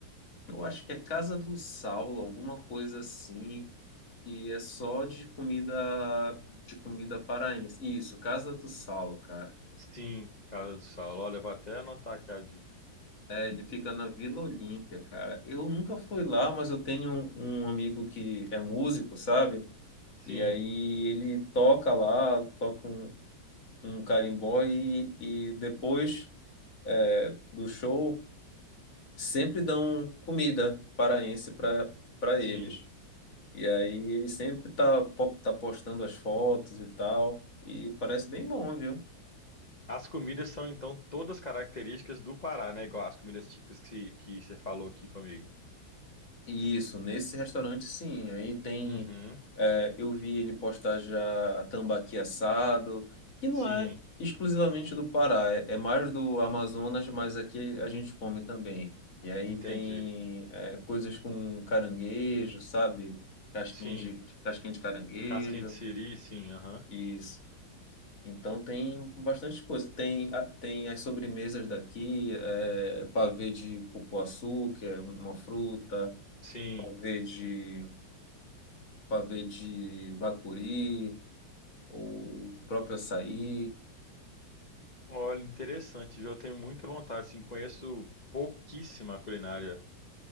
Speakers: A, on the left (about 45°); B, on the left (about 80°).
A: Eu acho que é Casa do Saulo, alguma coisa assim. E é só de comida de comida paraense. Isso, Casa do Saulo, cara.
B: Sim, Casa do Saulo. Olha, eu vou até anotar aqui a dica.
A: É, ele fica na Vila Olímpia, cara. Eu nunca fui lá, mas eu tenho um, um amigo que é músico, sabe? E
B: Sim,
A: aí ele toca lá, toca um, um carimbó e, e depois é, do show sempre dão comida paraense para para
B: sim.
A: eles. E aí ele sempre tá, po- tá postando as fotos e tal. E parece bem bom, viu?
B: As comidas são então todas características do Pará, né? Igual as comidas típicas que, que você falou aqui comigo.
A: Isso, nesse restaurante sim. Aí tem.
B: Uhum.
A: é, eu vi ele postar já tambaqui assado, que
B: Sim,
A: não é exclusivamente do Pará, é, é mais do Amazonas, mas aqui a gente come também. E aí
B: entendi.
A: tem é, coisas com caranguejo, sabe? Casquinha
B: Sim.
A: de, casquinha de caranguejo.
B: Casquinha de siri, sim, aham.
A: Isso. Então tem bastante coisa. Tem, a- tem as sobremesas daqui, é, pavê de cupuaçu, que é um, uma fruta,
B: Sim.
A: pavê de, pavê de bacuri, o próprio açaí.
B: Olha, interessante, viu? Eu tenho muita vontade, assim, conheço pouquíssima culinária